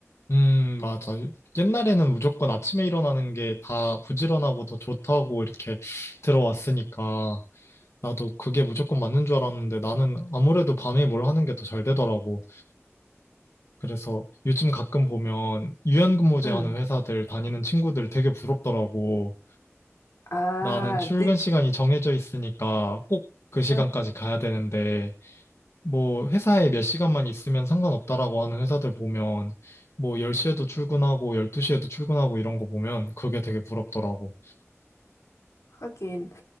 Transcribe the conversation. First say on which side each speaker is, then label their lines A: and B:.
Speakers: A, on the left (about 65°); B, on the left (about 85°).
A: 음, 맞아. 옛날에는 무조건 아침에 일어나는 게 다 부지런하고 더 좋다고 이렇게 들어왔으니까 나도 그게 무조건 맞는 줄 알았는데 나는 아무래도 밤에 뭘 하는 게 더 잘 되더라고. 그래서 요즘 가끔 보면 유연근무제
B: 응.
A: 하는 회사들 다니는 친구들 되게 부럽더라고.
B: 아,
A: 나는 출근
B: 늦,
A: 시간이 정해져 있으니까 꼭 그 시간까지
B: 응.
A: 가야 되는데 뭐 회사에 몇 시간만 있으면 상관없다라고 하는 회사들 보면 뭐 10시에도 출근하고 12시에도 출근하고 이런 거 보면 그게 되게 부럽더라고.
B: 하긴.